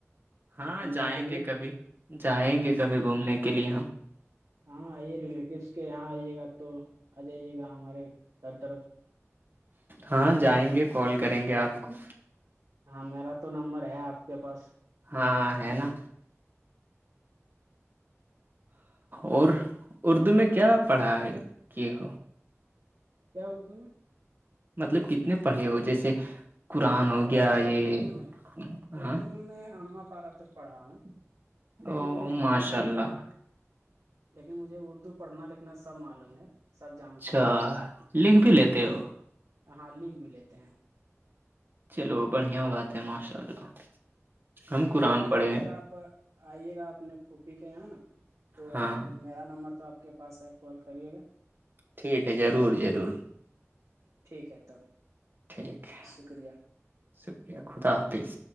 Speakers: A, on the right (about 45°); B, on the right (about 80°).
A: ہاں
B: ملنے
A: جائیں
B: کے لیے
A: گے کبھی جائیں گے کبھی گھومنے کے لیے ہم
B: ہاں آئیے ریلیٹیوس کے یہاں آئیے گا تو آ جائیے گا ہمارے ہر طرف
A: ہاں جائیں گے کال کریں گے آپ کو
B: ہاں میرا تو نمبر ہے آپ کے پاس
A: ہاں ہے نا اور اردو میں کیا پڑھا کیے ہو
B: کیا اردو میں
A: مطلب کتنے پڑھے ہو جیسے قرآن ہو
B: وہ
A: گیا
B: اچھا
A: یہ
B: اردو میں اردو
A: ہاں
B: میں میں اماں پارا تک پڑھا ہوں لیکن
A: او
B: مجھے پڑھنا
A: ماشاء اللہ
B: لکھنا لیکن مجھے اردو پڑھنا لکھنا اپتنا سب معلوم ہے سب جانتا
A: اچھا
B: ہوں میں
A: لکھ بھی لیتے ہو
B: ہاں لکھ بھی لیتے ہیں
A: چلو بڑھیا بات ہے ماشاء اللہ ہم
B: ٹھیک
A: قرآن
B: ہے بھائی
A: پڑھے
B: جان
A: ہیں
B: اگر آپ آئیے گا اپنے پھوپھی کے یہاں نا تو
A: ہاں
B: آپ میرا نمبر تو آپ کے پاس ہے کال کریے گا
A: ٹھیک ہے ضرور ضرور
B: ٹھیک ہے تب
A: ٹھیک ہے
B: شکریہ
A: شکریہ خدا حافظ